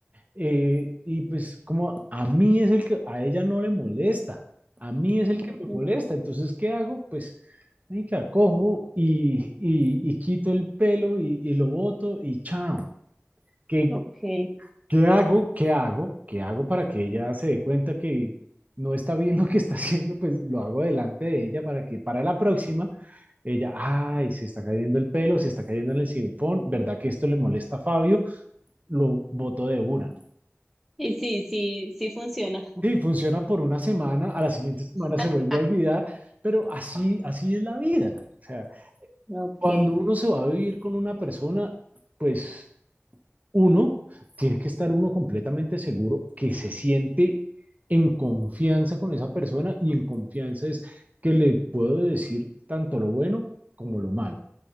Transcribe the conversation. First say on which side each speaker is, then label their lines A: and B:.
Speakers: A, on the right (about 35°); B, in the centre.
A: eh, y pues como a mí es el que a ella no le molesta, a mí es el
B: ujú,
A: que me molesta, entonces ¿qué hago? Pues marica, cojo y, y- y quito el pelo y, y lo boto y chao. ¿Qué,
B: Ok.
A: qué hago? ¿Qué hago? ¿Qué hago para que ella se dé cuenta que no está bien lo que está haciendo? Pues lo hago delante de ella para que para la próxima ella, ay, se está cayendo el pelo, se está cayendo en el sinfón, ¿verdad que esto le molesta a Fabio? Lo boto de una.
B: Y sí, sí, sí funciona.
A: Sí, funciona por una semana, a la siguiente semana se
B: <laughs>
A: vuelve a olvidar, pero así, así es la vida. O sea,
B: Ok,
A: cuando uno se va a vivir con una persona, pues uno tiene que estar uno completamente seguro que se siente en confianza con esa persona y en confianza es que le puedo decir tanto lo bueno como lo malo.